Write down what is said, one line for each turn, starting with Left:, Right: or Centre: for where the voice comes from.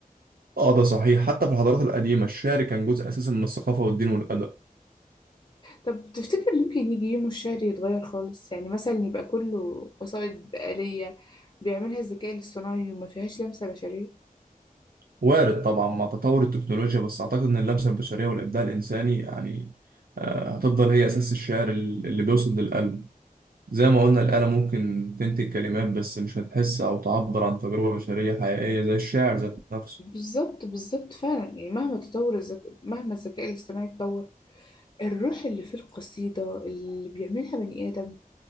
Right: اه ده صحيح حتى في الحضارات القديمة الشعر كان جزء اساسي من الثقافة والدين والادب
Left: طب تفتكر ممكن يجي يوم الشعر يتغير خالص يعني مثلا يبقى كله قصائد بقالية بيعملها الذكاء الاصطناعي وما فيهاش لمسة بشرية
Right: وارد طبعا مع تطور التكنولوجيا بس اعتقد ان اللمسة البشرية والابداع الانساني يعني آه، هتفضل هي اساس الشعر ال- اللي بيوصل للقلب زي ما قلنا الآلة ممكن تنتج كلمات بس مش هتحس أو تعبر عن تجربة بشرية حقيقية زي الشاعر ذات نفسه
Left: بالظبط بالظبط فعلا يعني مهما تطور الذكاء مهما الذكاء الاصطناعي اتطور الروح اللي في القصيدة اللي بيعملها بني آدم